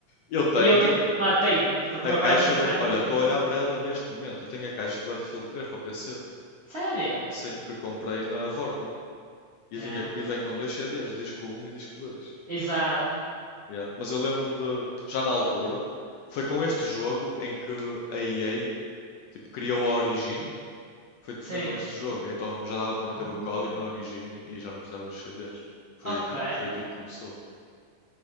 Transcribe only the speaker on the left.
eu tenho
a
caixa
do.
Olha,
estou
a olhar para ela neste momento. Eu tenho a caixa do Battlefield 3 para o PC.
Sim, que comprei na Vorten. E,
vinha, e vem com dois CDs, disco um e disco dois
Yeah. Mas eu lembro-me de. Já na altura, foi com este jogo em que a EA tipo, criou a Origin. Foi,
foi com este jogo. Então já dava para
meter o código na Origin e já não precisava dos CDs. Foi
aqui, foi aqui que começou.